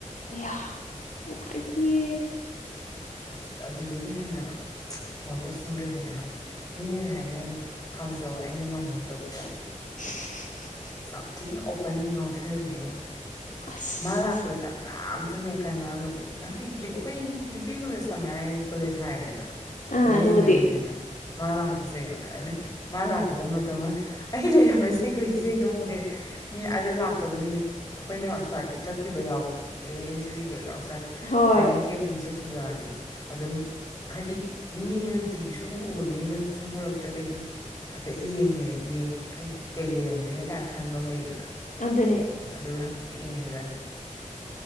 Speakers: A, on the left (about 75°); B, on the left (about 30°).
A: ꯑꯌꯥ ꯅꯨꯡꯉꯥꯏꯇꯤꯌꯦ
B: ꯑꯁ ꯑꯗꯨꯗꯒꯤ ꯍꯦꯟꯅ ꯐꯣꯜ ꯇꯧꯁꯟꯈ꯭ꯔꯕꯅꯦ ꯍꯥꯏꯕ ꯃꯤꯅ ꯍꯥꯏ ꯅꯪ ꯈꯥꯝꯖꯧ ꯑꯩꯅ ꯉꯝꯍꯧꯗꯕ
A: <inaudible>
B: ꯁꯝꯊꯤꯅ ꯑꯣꯄꯟꯂꯤ ꯉꯥꯎꯊꯕꯤꯅꯦꯉꯣ
A: ꯑꯁ
B: ꯃꯥ ꯂꯥꯛꯄꯗ ꯀꯅꯥꯝꯇ ꯅ <unintelligible> ꯍꯥꯏꯗꯤ ꯑꯩꯈꯣꯏ ꯅꯨꯄꯤ ꯀꯣꯂꯦꯖ ꯇꯝꯃꯦ ꯍꯥꯏ ꯀꯣꯂꯦꯖ ꯍꯥꯏꯔꯗꯅ
A: ꯑꯥ
B: ꯗꯨꯝ
A: ꯑꯗꯨꯕꯨꯗꯤ
B: ꯌꯦꯡꯅꯕꯤꯅ ꯃꯥꯂꯥꯛꯀꯁꯦꯕ <unintelligible> ꯃꯥ ꯂꯥꯛꯀꯗꯕ ꯃꯇꯝ ꯑꯩ ꯂꯩꯔꯝꯃꯦ ꯁꯦꯀ꯭ꯌꯨꯔꯤꯇꯤꯁꯦ ꯑꯩ ꯑꯗꯨꯝ ꯑꯣꯏꯔꯦ ꯃꯤ ꯑꯗꯨ ꯂꯥꯛꯇꯕ ꯅꯨꯃꯤꯠ ꯑꯩꯈꯣꯏꯅ ꯑꯁꯥꯏꯠꯀ ꯆꯠꯈꯤꯕ ꯌꯥꯎ ꯑꯦꯟ ꯁꯤꯁꯤꯒꯤ ꯑꯥꯎꯠꯁꯥꯏꯠ
A: ꯍꯣꯏ
B: ꯇ꯭ꯔꯦꯅꯤꯡ ꯀꯦꯝꯒꯨꯝꯕ ꯆꯠꯈꯤꯕ ꯌꯥꯎꯔꯗꯤ ꯑꯗꯨꯝ ꯍꯥꯏꯗꯤ ꯃꯤ ꯑꯃ ꯅꯨꯡꯇꯤꯒꯤ ꯁꯨꯝ ꯎꯕ ꯃꯤ ꯑꯃ ꯁꯨꯝ ꯎꯔꯛꯇ꯭ꯔꯒꯗꯤ ꯍꯥꯏꯐꯦꯠ ꯌꯦꯡꯉꯦ ꯌꯦꯡ ꯀꯩ ꯀꯩ ꯂꯩꯔꯝꯗ꯭ꯔꯤꯅꯦ ꯀꯥꯏꯅ ꯈꯟꯕ ꯑꯃ ꯂꯩꯗꯅ
A: ꯑꯗꯅꯦ
B: ꯑꯗꯨꯒ ꯍꯥꯏꯐꯦꯠ ꯌꯦꯡ ꯍꯥꯏꯖꯥꯠꯅꯤ